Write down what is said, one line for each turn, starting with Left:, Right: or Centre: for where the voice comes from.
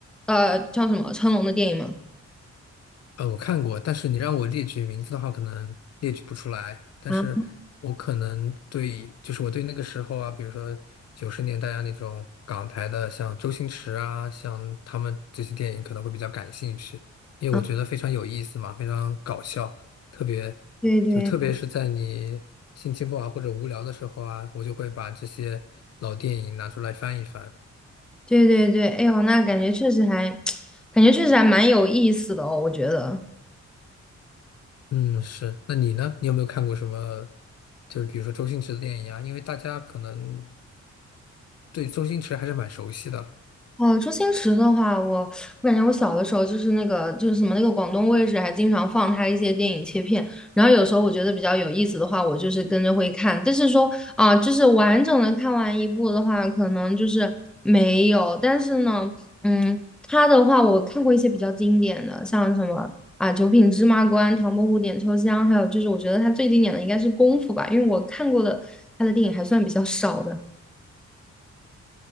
Centre: 呃叫什么成龙的电影吗？
Left: 呃，我看过，但是你让我列举名字的话，可能列举不出来。但是我可能对，
Centre: 啊
Left: 就是我对那个时候啊，比如说九十年代啊那种港台的，像周星驰啊，像他们这些电影可能会比较感兴趣，因为我觉得非常有意思嘛，
Centre: 啊，
Left: 非常搞笑，特别
Centre: 对对
Left: 就是特别是在你心情不好或者无聊的时候啊，我就会把这些老电影拿出来翻一翻。
Centre: 对对对，哎呦，那感觉确实还 <tsk> 感觉确实还蛮有意思的哦，我觉得。
Left: 嗯，是。那你呢？你有没有看过什么，就是比如说周星驰的电影啊？因为大家可能对周星驰还是蛮熟悉的。
Centre: 哦，周星驰的话，我我感觉我小的时候就是那个就是什么那个广东卫视还经常放他一些电影切片，然后有时候我觉得比较有意思的话，我就是跟着会看，但是说啊、就是完整的看完一部的话，可能就是没有，但是呢，嗯，他的话我看过一些比较经典的，像什么啊《九品芝麻官》《唐伯虎点秋香》，还有就是我觉得他最经典的应该是《功夫》吧，因为我看过的他的电影还算比较少的。